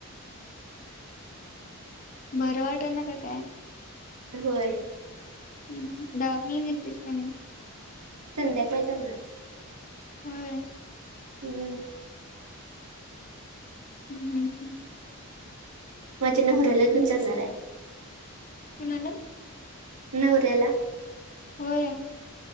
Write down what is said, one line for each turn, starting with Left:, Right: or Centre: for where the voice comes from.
Left: बर वाट ना का काय?
Right: होय.
Left: ह दवाखान्याला गेलतीस का नाही?
Right: संध्याकाळ जाणार.
Left: होय.
Right: हम्म.
Left: हम् हम् हं.
Right: माझ्या नवऱ्याला घेऊन जाणारे
Left: कुणाला?
Right: नवऱ्याला
Left: होय.